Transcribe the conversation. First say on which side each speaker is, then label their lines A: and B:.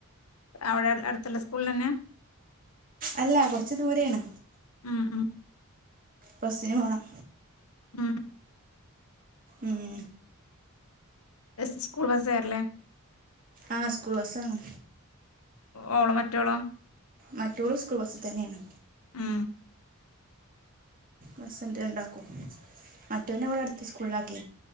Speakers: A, on the left; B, on the right.
A: അവിടെ അടുത്തുള്ള സ്കൂളിലന്ന
B: അല്ല കൊറച്ച് ദൂരെയണ്
A: ഉം ഉം
B: ബസിന് പോണം
A: ഉം
B: ഉം
A: ബസ് സ്കൂൾ ബസ് വരല്ലേ
B: ആഹ് സ്കൂൾ ബസണ്
A: ഓൾ മറ്റോളോ
B: മറ്റൊളു സ്കൂൾ ബസ് തന്നെയാണ്
A: ഉം
B: ഹസ്ബൻഡ് കൊണ്ടാക്കും മറ്റവനെ ഇവിടെ അടുത്ത് സ്കൂളിലാക്കി